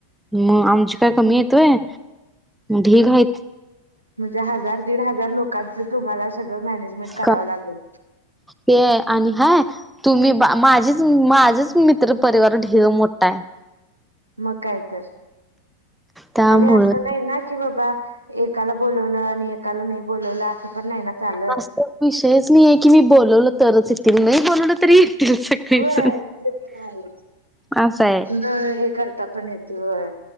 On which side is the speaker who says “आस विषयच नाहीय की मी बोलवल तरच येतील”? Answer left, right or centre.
Centre